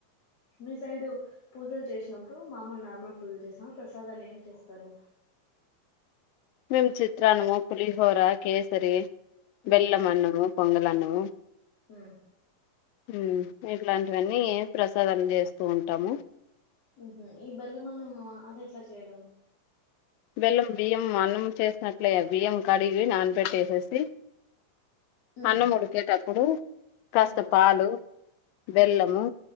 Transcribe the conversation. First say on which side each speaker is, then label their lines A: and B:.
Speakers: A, on the left; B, on the left.
A: మీ సైడు పూజలు చేసినప్పుడు మామూలు నార్మల్ పూజలు చేసిన ప్రసాదాలు ఏం చేస్తారు
B: మేమ్ చిత్రాన్నము పులిహోర కేసరి
A: ఉమ్
B: బెల్లం అన్నము పొంగల్ అన్నము
A: ఉమ్
B: హు ఇట్లాంటివన్నీ ప్రసాదం చేస్తూ ఉంటాము
A: మ్హు ఈ బెల్లం అన్నం అది ఎట్లా చేయడం
B: బెల్లం బియ్యం అన్నం చేసినట్లే బియ్యం కడిగి నానపెట్టేసేసి
A: ఉమ్
B: అన్నం ఉడికేటప్పుడు కాస్త
A: ఉమ్
B: పాలు బెల్లము
A: ఉమ్